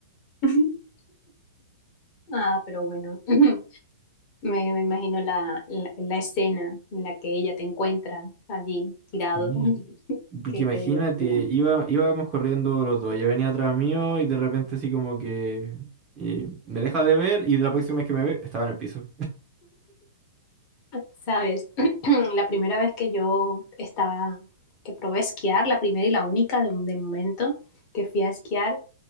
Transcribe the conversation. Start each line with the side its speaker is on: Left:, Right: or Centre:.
Left: <laughs> Ah, pero bueno, <laughs> <clears throat> me, me imagino la, la, la escena en la que ella te encuentra allí
Right: <laughs>
Left: tirado.
Right: Sí.
Left: <laughs> Uy,
Right: Porque
Left: Qué,
Right: imagínate,
Left: qué divertido.
Right: iba, íbamos corriendo los dos, ella venía atrás mío y de repente así como que eh, me deja de ver y la próxima vez que me ve estaba en el piso.
Left: Sabes, <clears throat> la primera vez que yo estaba, que probé esquiar, la primera y la única de, de momento que fui a esquiar,